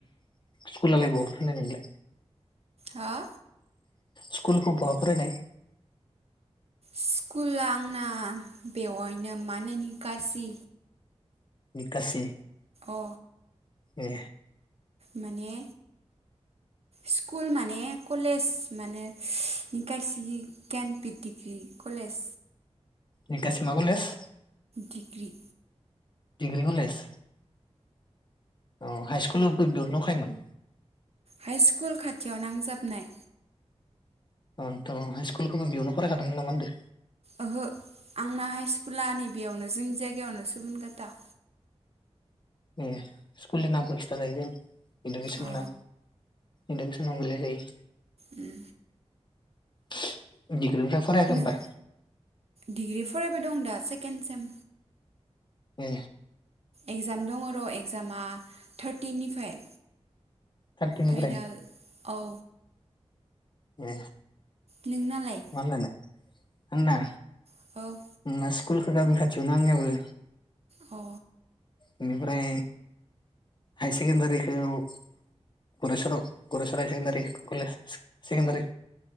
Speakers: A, on the left; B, on the right.
A: स्कुलालाय बहा फरायनाय नोंलाय?
B: हा
A: स्कुलखौ बहा फरायनाय
B: स्कुला आंना बेवहायनो मा होनो निकासि
A: निकासि
B: अ
A: ए
B: माने स्कुल माने कलेज मानो निकासिनि गियानपिट डिग्रि कलेज।
A: निकासि मा कलेज?
B: डिग्रि
A: दिग्रि कलेज औ हाइस्कुलावबो बियावनो दंखायोमोन।
B: हाइ स्कुल खाथियाव नांजाबनाय
A: अन्थ हाइ स्कुलखौ नों बेयावनो फरायखादोंमोन नामा होनदो?
B: ओहो आंना हाइ स्कुला नै बेयावनो जोंनि जायगायावनो सबनकाता।
A: ए स्कुलनि नामखो खिथा जायो गोन इडुकेसन
B: अ
A: ना इडुकेसनाव गोलै जायो।
B: उम
A: <unintelligible> निफ्राय फरायाखै
B: नों
A: होमबा?
B: डिग्रि फरायबाय दं दा सेकेण्ड सेम
A: औ
B: इगजाम दङ र' इगजामा थारटिनिफ्राय।
A: थार्टिनिफ्राय
B: फाइनाल औ
A: ए
B: नोंनालाय?
A: मा होनलाय आंना
B: औ
A: ना स्कुलखो गामि खाथियावनो आंनियाबो।
B: औ
A: बेनिफ्राय हाय सेकेणडारिखौ गरायस्वराव गरास्वर सेकेणडारि कलेज सेकेणडारि